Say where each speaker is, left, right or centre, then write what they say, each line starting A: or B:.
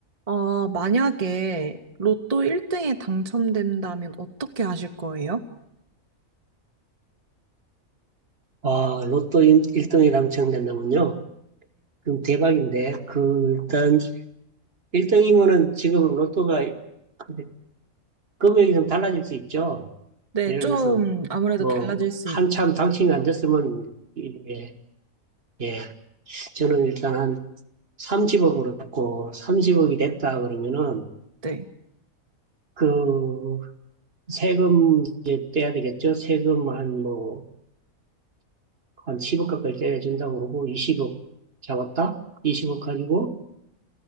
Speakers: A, on the right; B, on the right.
A: 아, 만약에 로또 1등에 당첨된다면 어떻게 하실 거예요?
B: 아, 로또 1등이 당첨된다면요? 그럼 대박인데, 그, 일단, 1등이면은 지금 로또가 그 금액이 좀 달라질 수 있죠.
A: 네,
B: 예를
A: 좀
B: 들어서,
A: 아무래도
B: 뭐,
A: 달라질 수
B: 한참 당첨이 안 됐으면, 예, 예. 저는 일단 한 30억으로 했고, 30억이 됐다 그러면은,
A: 있대.
B: 그, 세금 이제 떼야 되겠죠? 세금 한 뭐, 한 10억 가까이 떼준다고 그러고, 20억 잡았다? 20억 가지고,